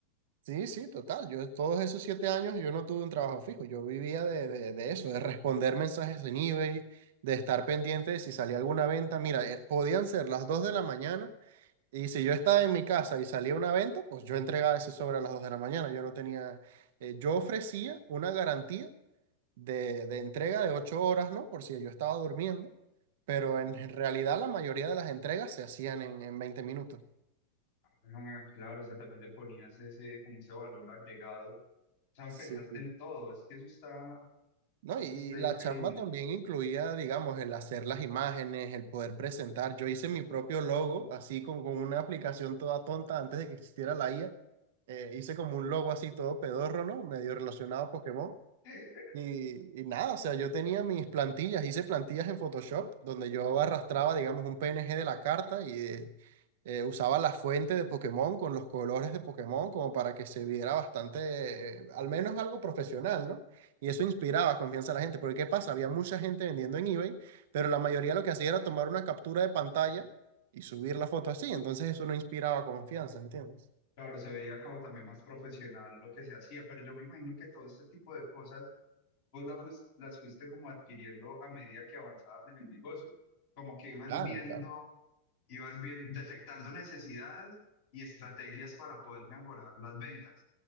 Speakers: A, on the right; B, on the left.
A: Sí, sí, total. Yo todos esos siete años yo no tuve un trabajo fijo. Yo vivía de, de- de eso, de responder mensajes en eBay, de estar pendiente de si salía alguna venta. Mira, eh, podían ser las 2 de la mañana y si yo estaba en mi casa y salía una venta, pues yo entregaba ese sobre a las 2 de la mañana. Yo no tenía, eh, yo ofrecía una garantía de, de entrega de ocho horas, ¿no? Por si yo estaba durmiendo, pero
B: Sí.
A: en realidad la mayoría de las entregas se hacían en, en 20 minutos.
B: Ah, claro, o sea, también le ponías ese, como ese valor agregado. O sea,
A: Sí,
B: pensaste en todo, es que eso está,
A: ¿no?
B: eso
A: Y,
B: está
A: y la
B: increíble.
A: chamba también incluía, digamos, el hacer las imágenes, el poder presentar. Yo hice mi propio logo, así con, con una aplicación toda tonta antes de que existiera la IA. Eh,
B: Sí.
A: hice como un logo así todo pedorro, ¿no? Medio relacionado a Pokémon.
B: <laughs>
A: Y, y nada, o sea, yo tenía mis plantillas, hice plantillas en Photoshop, donde yo arrastraba, digamos, un PNG de la carta y eh, eh, usaba la fuente de Pokémon con los colores de Pokémon como para que se viera bastante, eh, al menos algo profesional, ¿no? Y eso inspiraba confianza a la gente, porque ¿qué pasa? Había mucha gente vendiendo en eBay, pero la mayoría lo que hacía era tomar una captura de pantalla y subir la foto así, entonces eso no inspiraba confianza, ¿entiendes?
B: Claro, se veía como también más profesional lo que se hacía, pero yo me imagino que todo este tipo de cosas vos la fuis- las fuiste como adquiriendo a medida que avanzabas en el negocio, como que ibas
A: Claro,
B: viendo,
A: claro.
B: ibas bien, detectando necesidades y estrategias para poder mejorar las ventas.